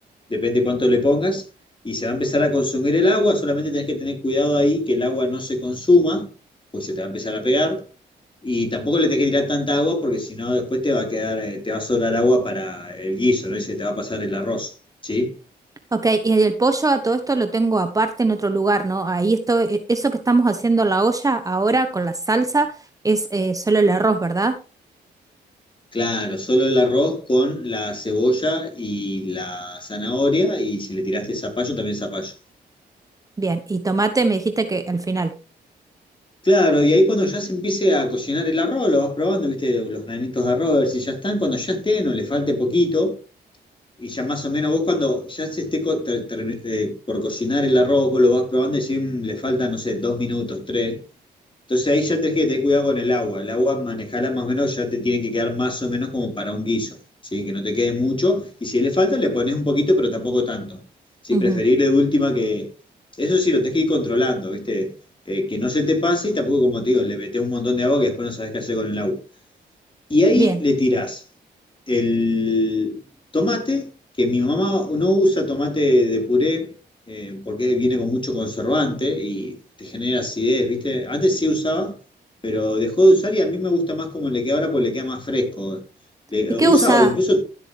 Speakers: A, on the left; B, on the right.
A: depende cuánto le pongas. Y se va a empezar a consumir el agua, solamente tenés que tener cuidado ahí que el agua no se consuma, pues se te va a empezar a pegar. Y tampoco le tenés que tirar tanta agua porque si no después te va a quedar, eh, te va a sobrar agua para el guiso, ¿no? Y se te va a pasar el arroz, ¿sí?
B: ok, y el pollo a todo esto lo tengo aparte en otro lugar, ¿no? Ahí esto, e- eso que estamos haciendo en la olla ahora con la salsa es eh, solo el arroz, ¿verdad?
A: Claro, solo el arroz con la cebolla y la zanahoria y si le tiraste zapallo, también zapallo.
B: Bien, y tomate me dijiste que al final.
A: Claro, y ahí cuando ya se empiece a cocinar el arroz, lo vas probando, viste, los granitos de arroz, a ver si ya están, cuando ya estén o le falte poquito, y ya más o menos vos cuando ya se esté co- ter- ter- eh, por cocinar el arroz, vos lo vas probando y si le faltan, no sé, dos minutos, tres, Entonces ahí ya tenés que tener cuidado con el agua. El agua, manejala más o menos, ya te tiene que quedar más o menos como para un guiso, ¿sí? Que no te quede mucho. Y si le falta, le pones un poquito, pero tampoco tanto. ¿Sí?
B: Ujú,
A: Preferible de última que... Eso sí, lo tenés que ir controlando, ¿viste? Eh, que no se te pase y tampoco, como te digo, le metes un montón de agua que después no sabés qué hacer con el agua. Y ahí
B: Bien.
A: le tirás el tomate, que mi mamá no usa tomate de puré eh, porque viene con mucho conservante y te genera acidez, ¿viste? Antes sí usaba, pero dejó de usar y a mí me gusta más como le queda ahora porque le queda más fresco. Le,
B: ¿Y
A: eh,
B: qué
A: usa
B: usas?
A: o incluso